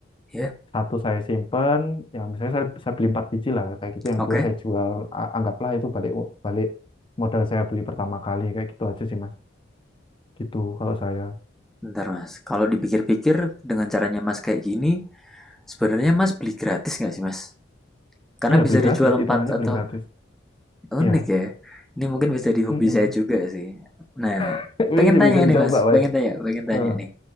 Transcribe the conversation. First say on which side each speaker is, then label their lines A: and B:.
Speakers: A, in the centre; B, on the left.
A: iya,
B: satu saya simpen, yang misalnya saya, saya beli empat biji lah, kayak gitu, yang
A: oke.
B: dua saya jual, A- anggaplah itu balik balik modal saya beli pertama kali kayak gitu aja sih Mas. Gitu kalau saya.
A: Bentar Mas, kalau dipikir-pikir dengan caranya Mas kayak gini, sebenarnya Mas beli gratis nggak sih Mas? Karena
B: Iya,
A: bisa
B: beli gratis,
A: dijual
B: hitungannya
A: 4 atau
B: beli gratis.
A: Unik
B: Iya.
A: ya. Ini mungkin bisa di hobi
B: Mm-mm.
A: saya juga sih. Nah,
B: <laughs> Bisa,
A: pengen tanya
B: bisa dicoba,
A: nih Mas,
B: Mas.
A: pengen tanya, pengen tanya
B: Heeh,
A: nih.